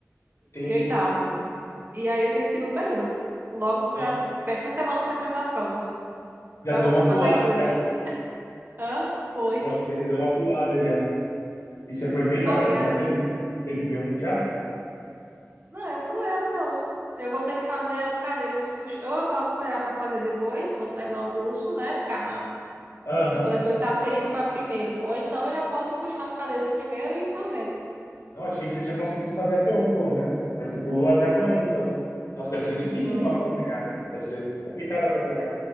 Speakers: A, on the left; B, on the right.
A: Entendi.
B: E oitavo. E aí, eu entrei no segundo período. Logo, pra,
A: Hã?
B: perto de uma semana, tá começando as provas.
A: Já
B: Vai
A: deu
B: conseguir
A: uma
B: passar
A: pulada
B: em tudo.
A: já.
B: Hã? Foi.
A: Não, Você já deu uma pulada já. E você foi bem
B: Foi,
A: na. Você
B: é.
A: já teve, teve p um já?
B: Não, eu pulei o p um Eu vou ter que fazer as cadeiras. pux- Ou eu posso esperar pra fazer depois, quando terminar o curso, né? Ficar na.
A: Aham.
B: Tipo, da- oitavo período vai primeiro. Ou então eu já posso ir puxando as cadeiras do primeiro e ir fazendo.
A: Eu achei que você tinha conseguido fazer a p um pelo menos. Mas você pulou até a p um então. Nossa, deve ser difícil
B: Vou
A: então
B: ler.
A: acompanhar, né? Deve ser complicado acompanhar